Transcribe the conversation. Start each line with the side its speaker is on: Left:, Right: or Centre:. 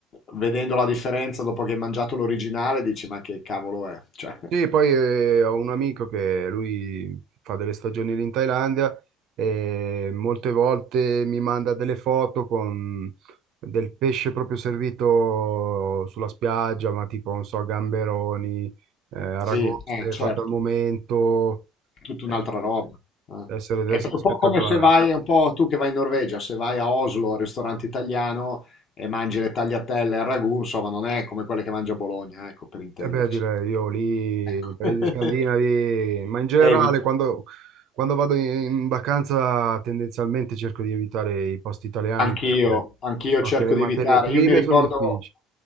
Left: vedendo la differenza dopo che hai mangiato l'originale dici ma che cavolo è? Cioè,
Right: Sì, poi eh, ho un amico che lui fa delle stagioni lì in Thailandia e molte volte mi manda delle foto con del pesce proprio servito sulla spiaggia, ma tipo, non so, gamberoni, eh, aragoste
Left: sì, eh, certo.
Right: fatte al momento.
Left: tutta
Right: Eh,
Left: un'altra roba. eh.
Right: deve essere, deve
Left: È
Right: essere
Left: un
Right: spettacolare.
Left: po' come se vai, è un po' tu che vai in Norvegia, se vai a Oslo al ristorante italiano e mangi le tagliatelle al ragù, insomma, non è come quelle che mangia a Bologna, ecco, per intenderci.
Right: E beh, direi io lì,
Left: Ecco.
Right: nei paesi
Left: <laughs>
Right: scandinavi, ma in generale
Left: Evito.
Right: quando, quando vado in, in vacanza tendenzialmente cerco di evitare i posti italiani
Left: Anch'io,
Right: perché
Left: anch'io
Right: so
Left: cerco
Right: che le materie
Left: di evitare.
Right: prime
Left: Io mi ricordo
Right: sono difficili.